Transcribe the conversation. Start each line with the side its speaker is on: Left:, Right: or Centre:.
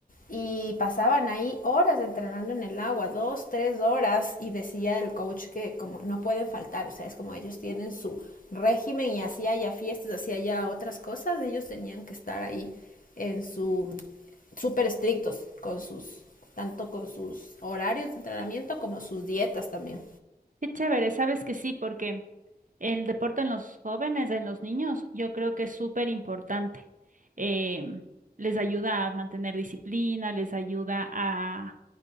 Left: y pasaban ahí horas entrenando en el agua, dos, tres horas, y decía el coach que como no pueden faltar, o sea, es como ellos tienen su régimen y así haya fiestas, así haya otras cosas, ellos tenían que estar ahí en su súper estrictos con sus tanto con sus horarios de entrenamiento como sus dietas también.
Right: Qué chévere, sabes que sí, porque el deporte en los jóvenes, en los niños, yo creo que es súper importante. Em, les ayuda a mantener disciplina, les ayuda a,